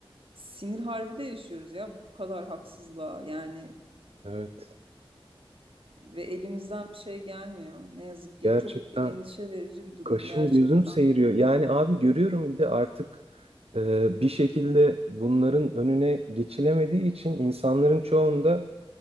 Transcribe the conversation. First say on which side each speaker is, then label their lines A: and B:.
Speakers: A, on the right; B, on the right.
A: sinir harbi de yaşıyoruz ya bu kadar haksızlığa yani
B: Evet
A: ve elimizden bir şey gelmiyor. Ne yazık ki
B: gerçekten.
A: çok endişe verici bir durum
B: Kaşım
A: gerçekten
B: gözüm seyiriyor.
A: bu.
B: Yani abi görüyorum bir de artık e, bir şekilde bunların önüne geçilemediği için insanların çoğunda